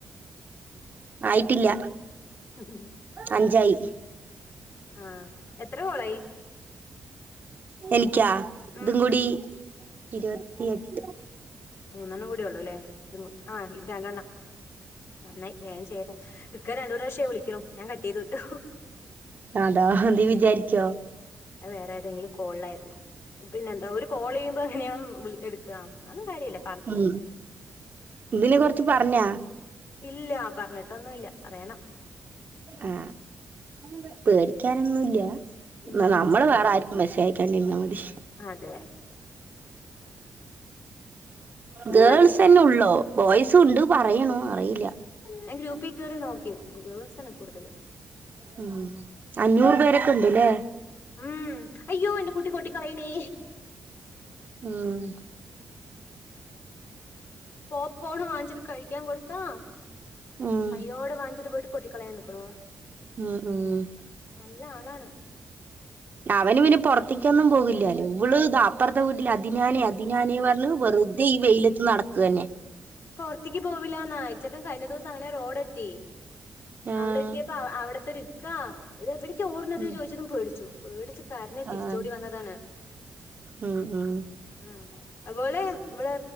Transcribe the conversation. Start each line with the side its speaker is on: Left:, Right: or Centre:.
Right: ആയിട്ടില്ല
Left: <unintelligible>
Right: അഞ്ചായി
Left: ആഹ് എത്രകോളായി
Right: എനിക്കാ
Left: ഉം
Right: ഇതുംകൂടി ഇരുവത്തിഎട്ട്
Left: മൂന്നെണ്ണം കൂടി ഒള്ളൂല്ലേ ഇതും കൂട്ടി ആഹ് രണ്ടെണ്ണം നന്നായി വേഗം ചെയ്തോ ഇക്ക രണ്ടൂന്ന് പ്രാവശ്യായി വിളിക്കണു ഞാൻ കട്ടെയ്ത് വിട്ടു
Right: അതാ എന്തീ വിചാരിക്ക്യോ
Left: അത് വേറെ ഏതെങ്കിലും കോളിലായിരുന്നു പിന്നെ എന്താ ഒരു കോളെയ്യുമ്പ എങ്ങിനെയാ വിളി എട്ക്കാ അതൊന്നും കാര്യില്ല
Right: ഉം ഇതിനെ കൊറച്ച് പറഞ്ഞാ
Left: ഇല്ല പറഞ്ഞിട്ടൊന്നു ഇല്ല പറയണം
Right: ആഹ് പേടിക്കാനൊന്നുല്ല
Left: ഉം
Right: നനമ്മള്
Left: ഉം
Right: വേറെ ആര് ക്കും മെസ്സേജയക്കാണ്ടിരിന്നാ മതി
Left: അതേ എല്ലാതിപ്പോ
Right: ഗേൾസന്നൊള്ളോ ബോയ്സു ഉണ്ട് പറയണു അറിയില്ല
Left: ഞാൻ ഗ്രൂപ്പി കേറി നോക്കി ഗേൾസന്നെ കൂടുതല്
Right: ഉം അഞ്ഞൂറ് പേരൊക്കെ ഇണ്ട്ല്ലേ
Left: ഉം അയ്യോ എന്റെ കുട്ടി കൊട്ടിക്കളയണേ
Right: ഉം
Left: പോപ്കോണ് വാങ്ങിച്ചിട്ട് കഴിക്കാൻ കൊടുത്താ
Right: ഉം
Left: കയ്യോടെ വാങ്ങിച്ചിട്ട് പോയിട്ട് കൊട്ടിക്കളയാൻ നിക്കണു
Right: ഉം ഉം
Left: നല്ല ആളാണ്
Right: അവനു വിനു പൊറത്ത്ക്കൊന്നും പോകില്ലാല്ലൊ ഇവള് ദാ അപ്പറത്തെ വീട്ടിലെ അതിനാന് അതിനാന് പർണ് വെറുതെ ഈ വെയ്ല ത്ത് നടക്ക് ‌അന്നെ
Left: പൊർത്തേക്ക് പോവില്ലാന്നാ ഇ ചെക്കൻ കഴിഞ്ഞ ദിവസം അങ്ങനെ റോഡെത്തി
Right: ആഹ്
Left: അവിടെത്തിയപ്പ അ അവിടത്തൊര് ഇക്കാ എവിട്ക്കാ ഓടണത്
Right: ഉം
Left: ചോദിച്ചതും പേടിച്ചു പേടിച്ച് കരഞ്ഞ് തിരിച്ചോടി
Right: ആഹ്
Left: വന്നതാണ്
Right: ഉം ഉം
Left: ഉം അത്പോലെ ഇവടെ